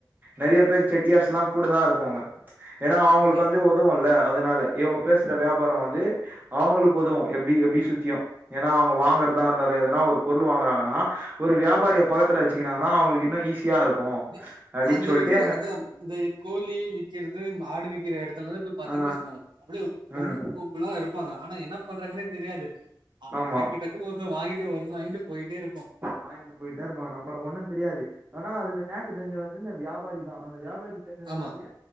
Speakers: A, on the right; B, on the right.
A: நெறய பேர் செட்டியார்ஸ்லாம் கூட தான் இருக்கு போவங்க ஏனா அவங்களுக்கு
B: ஓகே
A: வந்து உதவுல அதுனால இவுங்க பேசுற வியாபாரம் வந்து அவங்களுக்கு உதவும் எப்டி எப்டி சுத்தியும் ஏனா அவங்க வாங்கறதா இருந்த எதனா ஒரு பொருள் வாங்கறாங்கனா ஒரு வியாபாரியை பக்கத்துல வச்சுக்கனாங்கன்னா அவங்களுக்கு இன்னு ஈஸியா இருக்கும்
B: வித்
A: அப்டின்னு
B: அந்த
A: சொல்லிட்டு
B: இது அத இந்த கோழி க்கிறது ஆடுவிக்கிற இடத் டதுல பாத்தீங்க
A: ஆ
B: வச்சுக்கோங்க அப்டியே கும்ப
A: ம்
B: கும்பலா இருப்பங்க ஆனா என்ன பண்றாங்கனே தெரியாது அ
A: ஆமா
B: டக்கு டக்குன்னு ஒருத்தன் வாங்கிட்டு வந்து வாங்கிட்டு போயிட்டே இருப்பா
A: வாங்கிட்டு போயிட்ட நம்மளுக்கு ஒண்ணு தெரியாது ஆனா அதுல நேக்கு தெரிஞ்ச வந்து இந்த வியாபாரி தான் அந்த வியா யாபாரி தெரிஞ்னாலய
B: ஆமா